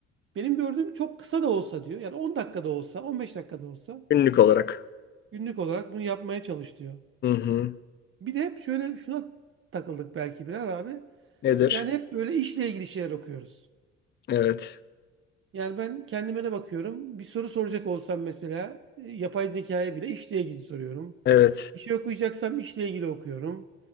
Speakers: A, on the right (about 40°); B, on the left (about 35°).
A: benim gördüğüm çok kısa da olsa diyor. Yani 10 dakikada olsa, 15 dakikada olsa
B: Günlük olarak.
A: günlük olarak bunu yapmaya çalış diyor.
B: Hı-hı.
A: Bir de hep şöyle şuna takıldık belki biraz abi.
B: Nedir?
A: Yani hep böyle işle ilgili şeyler okuyoruz.
B: Evet.
A: Yani ben kendime de bakıyorum. Bir soru soracak olsam mesela e, yapay zekaya bile işle ilgili soruyorum.
B: Evet.
A: Bir şey okuyacaksam işle ilgili okuyorum.